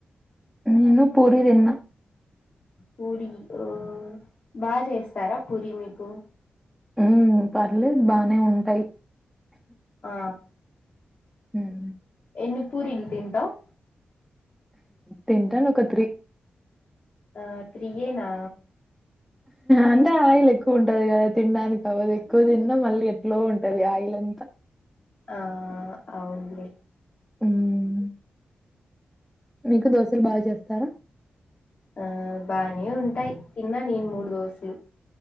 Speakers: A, in the centre; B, on the left.
A: నేను పూరీదిన్న
B: పూరి ఓ బాగా చేస్తారా పురి మీ కో
A: ఉం పర్లేదు బానే ఉంటాయి
B: ఆ
A: ఉమ్మ్
B: ఎన్ని పూరిల్ తింటావ్
A: తింటను ఒక త్రీ
B: ఆ త్రీ యేనా
A: అంటే ఆయిల్ ఎక్కువ ఉంటది కదా తినడానికి అవ్వదు ఎక్కువ తి న్న మళ్ళీ ఎట్లో ఉంటది ఆయిలంతా
B: ఆహ్ అవునులే
A: ఉం మీకు దోసలు బాగా చేస్తారా
B: ఆ బానే ఉంటాయి తిన్నా నేను మూడు దోసలు